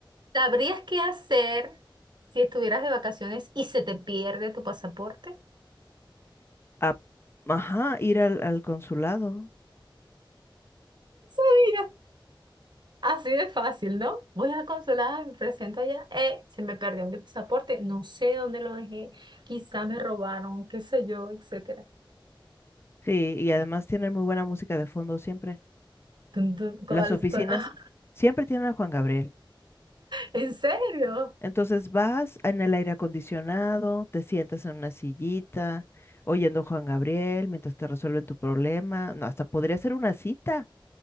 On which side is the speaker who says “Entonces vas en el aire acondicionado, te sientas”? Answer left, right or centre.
Left